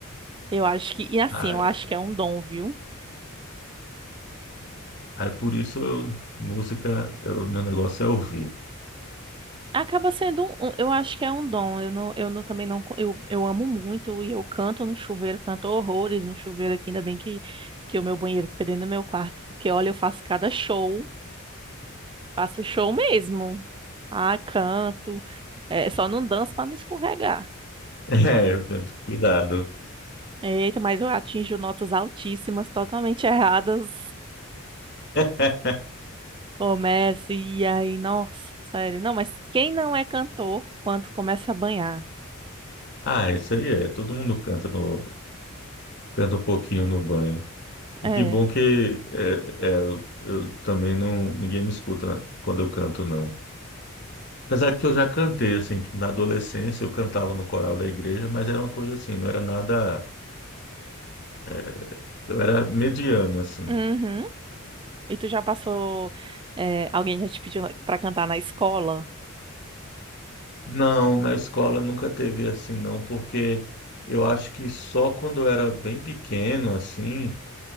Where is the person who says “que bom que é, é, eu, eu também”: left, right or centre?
Left